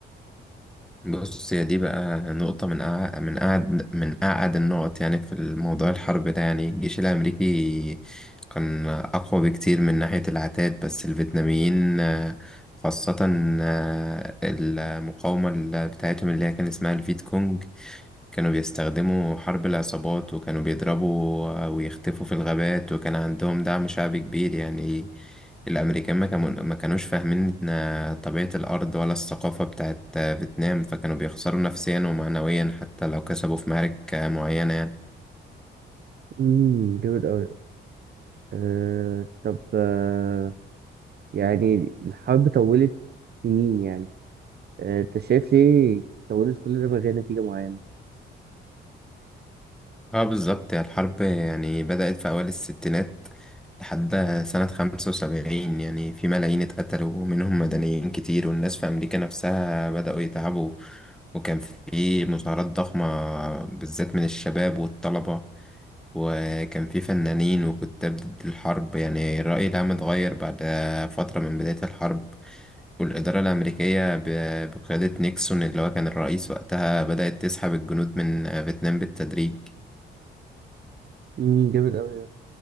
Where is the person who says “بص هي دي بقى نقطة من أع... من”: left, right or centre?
Centre